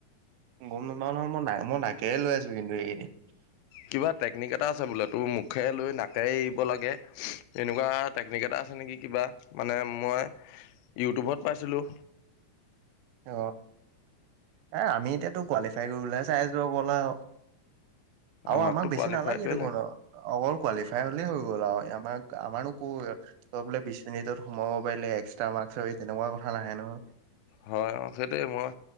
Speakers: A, on the right; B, on the left.
A: গম নাপাও নহয় মই ন মই নাকেৰে লৈ আছো কিন্তু এইকেইদিন।
B: কিবা টেকনিক এটা আছে বোলে তোৰ মুখেৰে লৈ নাকেৰে এৰিব লাগে। এনেকুৱা টেকনিক এটা আছে নেকি কিবা মানে মই ইউটিউবত পাইছিলোঁ।
A: অ, এ আমি এতিয়াতো কোৱালিফাই কৰি বলেহে চাই আছোঁ অকল আও। আৰু
B: আমাকতো
A: আমাক বেছি
B: কোৱালিফাইটোৱে
A: নালাগে দেখোনো
B: লাগে
A: অকল কোৱালিফাই হলেই হৈ গল আও আমাক আমাৰো কৰ ত বোলে বিশ মিনিটত সোমাব পাৰিলে এক্সট্ৰা মাৰ্কচ পাবি তেনেকুৱা কথা নাহে নহয়।
B: হয় অঁ সেইটোৱে মই